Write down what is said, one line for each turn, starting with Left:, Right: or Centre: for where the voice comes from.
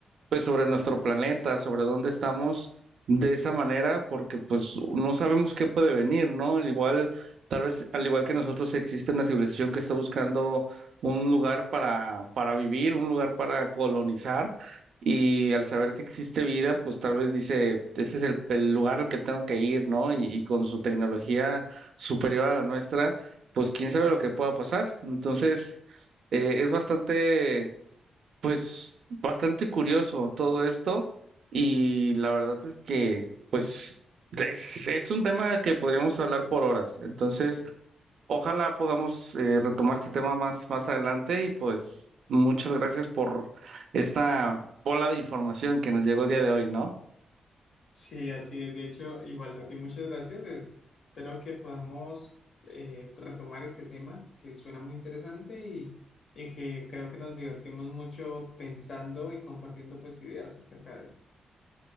Right: pues sobre nuestro planeta, sobre dónde estamos de esa manera, porque pues no sabemos qué puede venir, ¿no? Al igual, tal vez, al igual que nosotros existe una civilización que está buscando un lugar para, para vivir, un lugar para colonizar, y al saber que existe vida, pues tal vez dice, ese es el, el lugar al que tengo que ir, ¿no? Y, y con su tecnología superior a la nuestra, pues quién sabe lo que pueda pasar. Entonces, eh, es bastante pues bastante curioso todo esto y la verdad es que pues es, es un tema que podríamos hablar por horas. Entonces, ojalá podamos eh, retomar este tema más, más adelante y pues muchas gracias por esta bola de información que nos llegó el día de hoy, ¿no?
Left: Sí, así es. De hecho, igual a ti muchas gracias. Es- espero que podamos eh, retomar este tema que suena muy interesante y, y que creo que nos divertimos mucho pensando y compartiendo pues ideas acerca de esto.